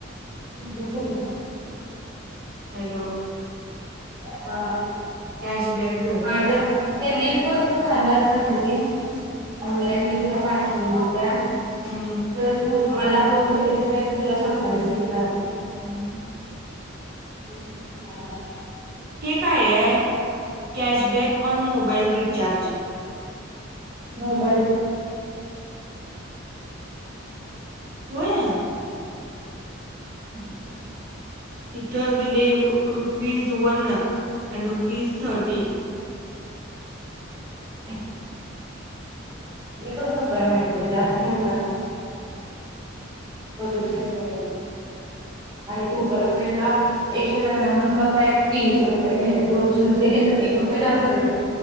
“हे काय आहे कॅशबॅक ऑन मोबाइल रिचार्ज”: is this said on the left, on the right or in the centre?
Right